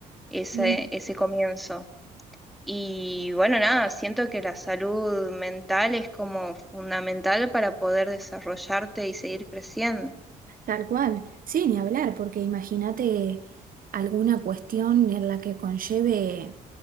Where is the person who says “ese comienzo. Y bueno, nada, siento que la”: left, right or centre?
Centre